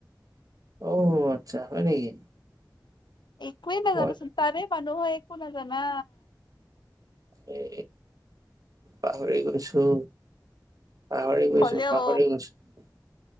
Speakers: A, on the right; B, on the left.
A: অ আচ্ছা হয় নেকি?
B: একোৱেই নাজানা
A: মই
B: চুন তাৰে মানু্হ হৈ একো নাজানা।
A: এ পাহৰি গৈছো। পাহৰি গৈছো
B: হলেও
A: পাহৰি গৈছো।